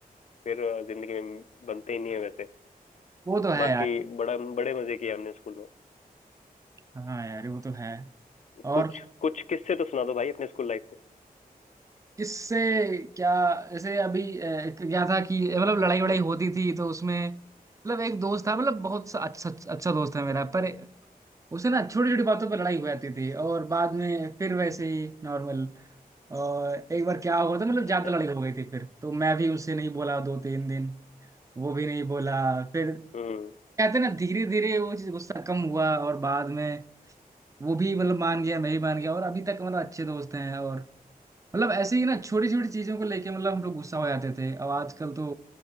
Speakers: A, on the left (about 50°); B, on the right (about 20°).
A: फिर जिंदगी में बनते ही नहीं है वैसे
B: वो तो है
A: बाकी
B: यार
A: बड़ा बड़े मजे किए हमने स्कूल में
B: हाँ यार वो तो है और
A: कुछ कुछ किस्से तो सुना दो भाई अपने स्कूल लाइफ के
B: किससे क्या जैसे अभी अ, क्या था कि मतलब लड़ाई वड़ाई होती थी तो उसमें मतलब एक दोस्त था मतलब बहुत सा- अच्छा अच्छा दोस्त है मेरा पर उसे ना छोटी छोटी बातों पे लड़ाई हो जाती थी और बाद में फिर वैसे ही नॉर्मल और एक बार क्या हुआ था मतलब ज्यादा
A: अच्छा
B: तो लड़ाई हो गई थी फिर तो मैं भी उससे नहीं बोला दो तीन दिन वो भी नहीं बोला फिर
A: हम्म
B: कहते ना धीरे धीरे वो चीज गुस्सा कम हुआ और बाद में वो भी मतलब मान गया मैं भी मान गया और अभी तक मतलब अच्छे दोस्त हैं और मतलब ऐसे ही ना छोटी छोटी चीजों को लेके मतलब हम लोग गुस्सा हो जाते थे और आजकल तो